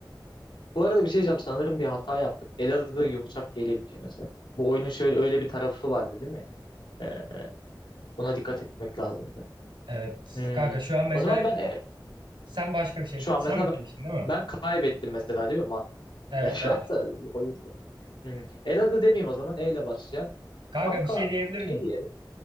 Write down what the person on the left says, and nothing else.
Bu arada bir şey diyeceğim. Sanırım bir hata yaptık. Elazığ yumuşak G ile bitiyor mesela. Bu oyunun şöyle öyle bir tarafı vardı değil mi? Ee, buna dikkat etmek lazımdı.
Hmm.
O zaman ben e,
şu an
mesela
ben,
ben kaybettim mesela değil mi mantık? <laughs>
Yani şu
anda bir oyun. Hmm. Elazığ demeyeyim o zaman E ile başlayan.
Kanka
şey
diyelim.